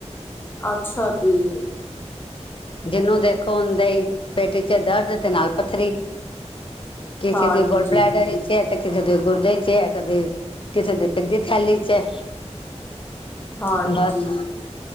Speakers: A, on the left; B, on the left.
A: ਅੱਛਾ। ਜੀ,
B: ਜਿਹਨੂੰ ਦੇਖੋ ਉਨ੍ਹਾਂ ਦੇ ਹੀ ਪੇਟ ਚ ਦਰਦ ਤੇ ਨਾਲ ਪੱਥਰੀ। ਕਿਸੇ
A: ਹਾਂਜੀ।
B: ਦੇ ਗਾਲ ਬਲੈਡਰ ਵਿੱਚ ਏ। ਕਿਸੇ ਦੇ ਗੁਰਦੇ ਚ ਕਦੇ ਕਿਸੇ ਦੇ ਪਿਤ ਦੀ ਥੈਲੀ ਚ ਵੇ।
A: ਹਾਂਜੀ,
B: ਬਸ